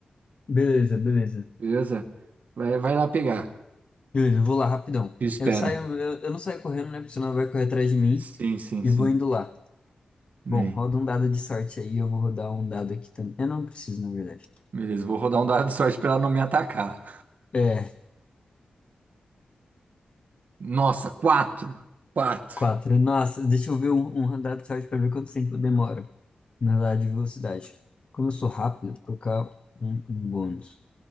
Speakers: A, on the left; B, on the right.
A: Beleza, beleza.
B: Beleza? Vai, vai lá pegar.
A: Beleza, vou lá rapidão.
B: Te espero.
A: Eu saio, eu, eu não saio correndo, né? Porque senão vai correr atrás de mim
B: Sim, sim,
A: e
B: sim.
A: vou indo lá.
B: Bem,
A: Bom, roda um dado de sorte aí, eu vou rodar um dado aqui também. Eu não preciso, na verdade.
B: beleza, vou rodar um dado de sorte pra ela não me atacar.
A: É,
B: Nossa, quatro. Quatro.
A: quatro. Nossa, deixa eu ver um, um dado de sorte para ver quanto tempo demora. Na dado de velocidade. Como eu sou rápido, vou colocar um, um bônus.